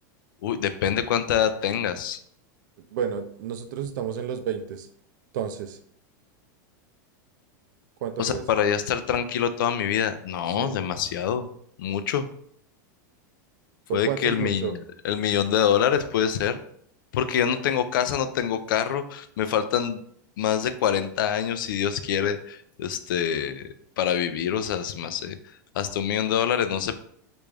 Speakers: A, on the left; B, on the right.
A: uy, depende cuánta edad tengas.
B: bueno, nosotros estamos en los 20. entonces, ¿cuánto
A: O
B: crees?
A: sea, para ya estar tranquilo toda mi vida, no,
B: Sí,
A: demasiado, mucho.
B: ¿por
A: Puede
B: cuánto
A: que
B: es
A: el,
B: mucho?
A: mi- el millón de dólares puede ser, porque yo no tengo casa, no tengo carro, me faltan más de 40 años, si Dios quiere, este, para vivir, o sea, se me hace hasta un millón de dólares, no sé